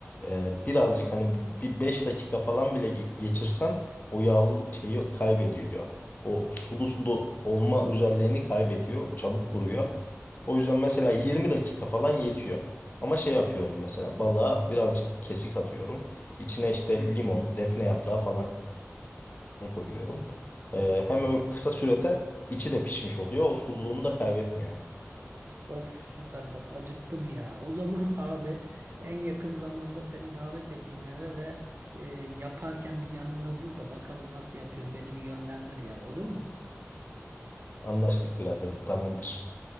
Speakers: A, on the left; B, on the right.
A: Ee, birazcık hani bir 5 dakika falan bile ge- geçirsen o yağlı şeyi kaybediyor. O sulu sulu olma özelliğini kaybediyor. Çabuk kuruyor. O yüzden mesela 20 dakika falan yetiyor. Ama şey yapıyorum mesela balığa birazcık kesik atıyorum. İçine işte limon, defne yaprağı falan koyuyorum. Ee, hem o kısa sürede içi de pişmiş oluyor. O sululuğunu da kaybetmiyor.
B: Of süper bak acıktım ya. O zaman <laughs> abi en yakın zamanda seni davet edeyim eve ve e, yaparken bir yanımda dur da bakalım nasıl yapıyorsun beni bir yönlendir ya olur mu?
A: Anlaştık biraderim. Tamamdır.